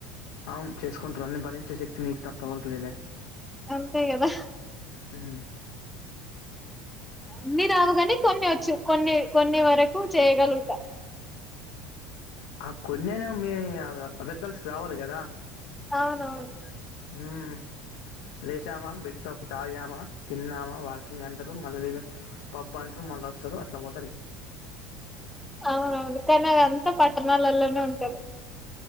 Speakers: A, on the left; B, in the centre.
A: అవును చేసుకుంటారు అన్ని భరించే శక్తి మీకు తప్ప ఎవరికి లేదు లే
B: అంతేకాదా
A: హుమ్
B: అన్ని రావు గాని కొన్ని వచ్చు కొన్ని కొన్ని వరకు చేయగలుగుతా
A: ఆ కొన్ని అయినా మీ అదర్ గర్ల్స్ కి రావాలి కదా
B: అవునవును
A: హుమ్ లేషామా బెడ్ కాఫీ తాగామా తిన్నామా వాకింగ్ అంటారు మళ్ళా పబ్ అంటారు మళ్ళీ వస్తారు అట్లా పో
B: అవునవును కానీ అదంతా పట్టణాలలోనే ఉంటది